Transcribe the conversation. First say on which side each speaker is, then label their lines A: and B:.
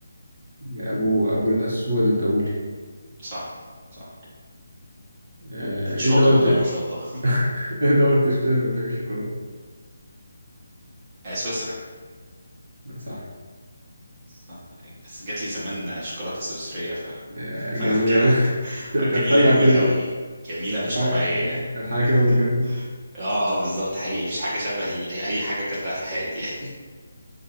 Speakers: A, on the right; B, on the right.
A: ابو ابو الاسود الدولي
B: صح صح
A: آه،
B: انت
A: ايه
B: شاطر
A: الدوله
B: والله
A: بت...
B: ما شاء الله
A: <laughs> ايه الدوله بتشتهر بانتاج الشوكولاته
B: آه سويسرا
A: صح
B: صح بس جات لي زمان شوكولاته سويسريه ف...
A: آه،
B: فانا
A: جميل
B: فاكرها
A: اوي <laughs>
B: <laughs> آه، جميله
A: كانت حلوه
B: قوي
A: اكيد بقى
B: قوي جميله
A: كانت
B: مش
A: حاجه
B: طبيعيه
A: كان-
B: يعني.
A: كانت حاجه
B: <laughs>
A: كده من الجنه
B: اه اه بالظبط حقيقي مش حاجه شبه ال- اي حاجه اكلتها في حياتي يعني